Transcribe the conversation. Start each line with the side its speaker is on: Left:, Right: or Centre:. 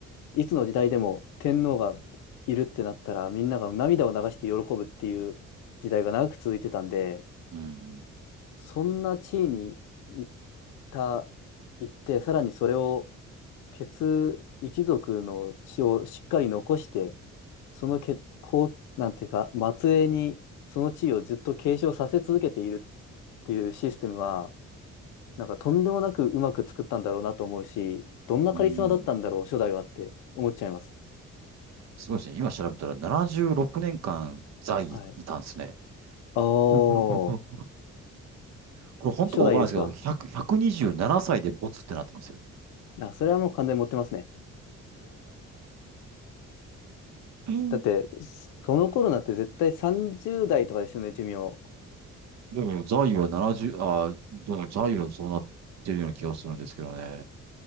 Left: いつの時代でも天皇がいるってなったら、みんなが涙を流して喜ぶっていう時代が長く続いてたんで、
Right: うん。
Left: そんな地位に行った、行って、さらにそれを、血一族の血をしっかり残して、そのけ、こう、なんていうか、末裔にその地位をずっと継承させ続けているっていうシステムは、なんかとんでもなくうまく作ったんだろうなと思うし、どんなカリスマだったんだろう、
Right: うん。
Left: 初代はって思っちゃいます。
Right: すごいですね。今調べたら76年間在位いたんですね。
Left: はい。お
Right: うんうんうんうん
Left: ー、
Right: これ本当かわからないですけど、
Left: 初代ですか。
Right: 100 127歳でボツってなってますよ。
Left: あ、それはもう完全に持ってますね。
Right: うん
Left: だって、その頃なんて絶対30代とかですよね、寿命。
Right: でも在位は70、あー、でも在位はそうなってるような気がするんですけどね。